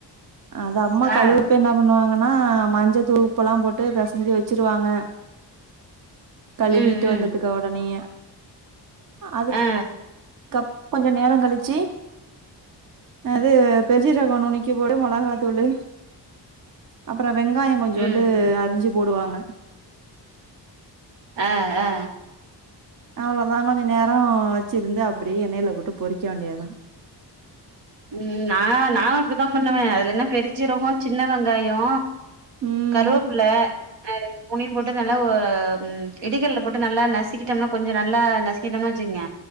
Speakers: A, on the right; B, on the right.
A: அத அம்மா கழுவுப்பவே
B: ஆ
A: என்னா பண்ணுவாங்க ன்னா மஞ்சதூளு உப்பல்லாம் போட்டு பெசஞ்சி வச்சிருவாங்க கழுவீட்டு
B: ம்
A: வந்ததுக்கா
B: ம்
A: ஒடனயே அதுக்கு
B: ஆ
A: கப் கொஞ்சோ நேரோ கழிச்சி அது பெருன்ஜீரகோ நுனுக்கி போட்டு மொளகாத்தூளு அப்பறம் அப்பற வெங்காயோ கொஞ்சோண்டு
B: ம்
A: அரிஞ்சி போடுவாங்க
B: அ அ
A: அவ்ளோதா கொஞ்ச நேரொ வச்சிருந்து அப்டியே எண்ணையில போட்டு பொறிக்க வேண்டியதா
B: ம் நா நானு அப்டித்தான் பண்ணுவேன் அதுல என்ன பெருஞ்சீரகோ சின்ன வெங்காயோ
A: ம்
B: கருவப்புள்ள அ மூணயு போட்டு நல்லா ஒரு ம் இடிகல்ல போட்டு நல்லா நசிக்கிட்டம்னா கொஞ்சோ நல்லா நசி கிட்டம்ன்னு வச்சுங்க